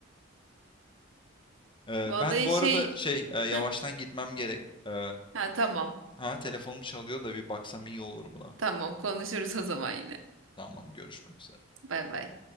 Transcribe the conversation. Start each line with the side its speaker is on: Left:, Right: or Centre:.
Right: <laughs>
Left: Ee,
Right: Vallahi
Left: ben bu
Right: şey
Left: arada şey e, yavaştan
Right: Heh,
Left: gitmem gerek. Ee,
Right: ha tamam.
Left: ha telefonum çalıyor da bir baksam iyi olur buna.
Right: Tamam konuşuruz o zaman yine.
Left: Tamam görüşmek üzere.
Right: Bay bay.